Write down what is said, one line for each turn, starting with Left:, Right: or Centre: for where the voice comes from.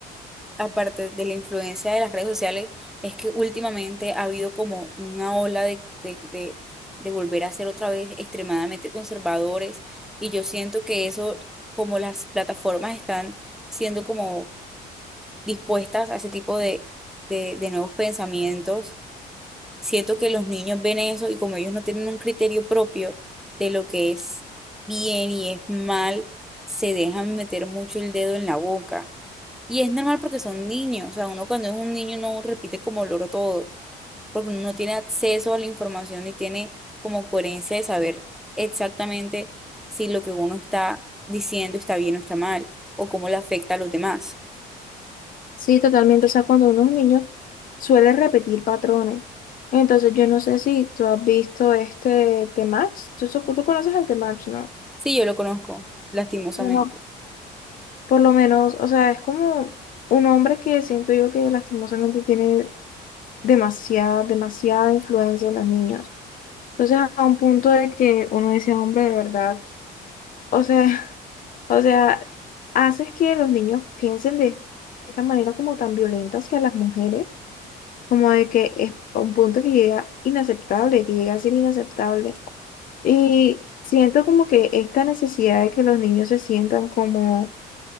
Centre: aparte de la influencia de las redes sociales, es que últimamente ha habido como una ola de, de, de, de volver a ser otra vez extremadamente conservadores. Y yo siento que eso, como las plataformas están siendo como dispuestas a ese tipo de, de, de nuevos pensamientos. Siento que los niños ven eso y como ellos no tienen un criterio propio de lo que es bien y es mal, se dejan meter mucho el dedo en la boca. Y es normal porque son niños, o sea, uno cuando es un niño no repite como loro todo, porque uno no tiene acceso a la información y tiene como coherencia de saber exactamente si lo que uno está diciendo está bien o está mal, o cómo le afecta a los demás.
Left: Sí, totalmente. O sea, cuando uno es niño suele repetir patrones. Entonces, yo no sé si tú has visto este The Match ¿Tú, so- tú conoces al The Match ¿no?
Centre: Sí, yo lo conozco, lastimosamente.
Left: Bueno, por lo menos, o sea, es como un hombre que siento yo que lastimosamente tiene demasiada, demasiada influencia en los niños. Entonces, a un punto de que uno dice, hombre, de verdad, o sea, <laughs> o sea, haces que los niños piensen de esta manera como tan violenta hacia las mujeres como de que es un punto que llega inaceptable, que llega a ser inaceptable. Y siento como que esta necesidad de que los niños se sientan como,